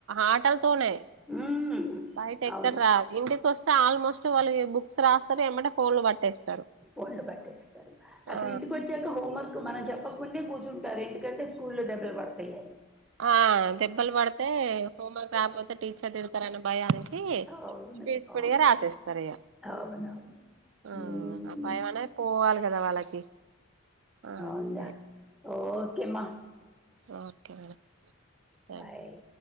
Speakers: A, on the right; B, in the centre.
A: ఆట. తోనే
B: మ్మ్.
A: బయట ఎక్కడ
B: అవును
A: రాదు ఇంటి. వస్తే ఆల్మోస్ట్ వాళ్ళకి బుక్స్ రాస్తరు ఎంబటె ఫోన్లు పట్టేస్తారు.
B: ఫోన్లు పట్టేస్తారు అసలు
A: ఆ
B: ఇంటికి వచ్చేక. హోమ్వర్క్ మనం చెప్పకుందే కూర్చుంటారు ఎందుకంటే స్కూల్లో దెబ్బలు పడతాయిని.
A: ఆ దెబ్బలు పడితే హోమ్వర్క్ రాకపోతే టీచర్ తిడతారన్న భయనీకి అది‌.
B: అవును
A: స్పీడ్ స్పీడ్
B: అవును
A: గా రాసేస్తారు ఇగ.
B: అవునవును
A: ఆ
B: ఉమ్,
A: అ భయం అనేది పోవాలి కదా వాళ్ళకి. ఓకే
B: అవుంటా ఓకేమ.
A: Okay madam thank
B: Bye
A: you.